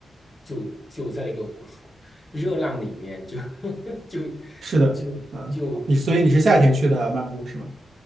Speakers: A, on the left; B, on the right.
A: 就就在那个 <laughs> 热浪里面，就 <laughs> 就
B: 是的，
A: 就就，
B: 嗯，你所以你是夏天去的曼谷是吗？